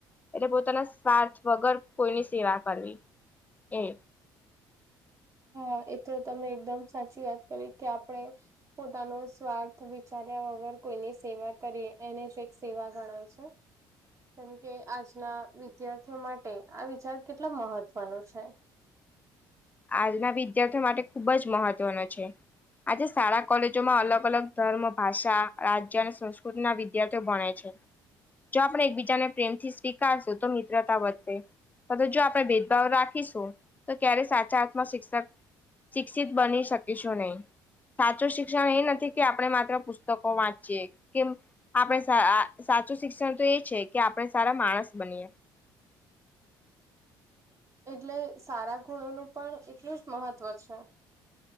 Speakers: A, on the left; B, on the right.
A: એટલે પોતાના સ્વાર્થ વગર કોઈની સેવા કરવી એ
B: હા એ તો તમે એકદમ સાચી વાત કરી કે આપણે પોતાનો સ્વાર્થ વિચાર્યા વગર કોઈની સેવા કરી એને જ એક સેવા ગણાય છે કેમ કે, આજના વિદ્યાર્થીઓ માટે આ વિચાર કેટલો મહત્વનો છે?
A: આજના વિદ્યાર્થીઓ માટે ખૂબ જ મહત્વનો છે. આજે શાળા કોલેજોમાં અલગ અલગ ધર્મ ભાષા રાજ્ય અને સંસ્કૃતિ ના વિ વિદ્યાર્થીઓ ભણે છે. જો આપણે એકબીજાને પ્રેમથી સ્વીકારશું તો મિત્રતા વધે. જો આપણે ભેદભાવ રાખીશું તો ક્યારે સાચા અર્થમાં શિક્ષક શિક્ષિત બની શકીશું નહીં. સાચું શિક્ષણ એ નથી કે આપણે માત્ર પુસ્તકો વાંચીએ. કેમ આપણે સાચું શિક્ષણ તો એ છે કે આપણે સારા માણસ બનીએ.
B: એટલે સારા ગુણોનું પણ એટલું જ મહત્વ છે.